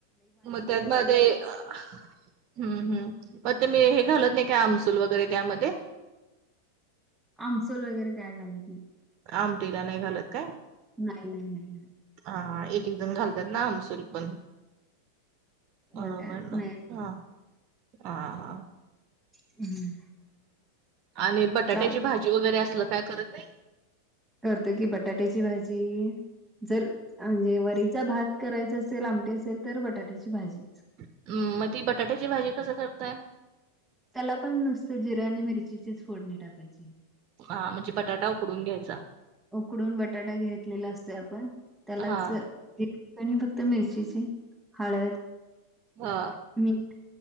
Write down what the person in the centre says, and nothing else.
आमसुल वगैरे काय घालत नाही.
नाही नाही नाही!
होय का?
नाही.
<unintelligible>
चालतंय.
करते की बटाट्याची भाजी जर म्हणजे वरीचा भात करायचा असेल आमटी असेल तर बटाट्याची भाजी.
त्याला पण नुसतं जिरं आणि मिरचीचीच फोडणी टाकायची.
उकडून बटाटा घेतलेला असतो आपण त्यालाच
आणि फक्त मिरचीची हळद
मीठ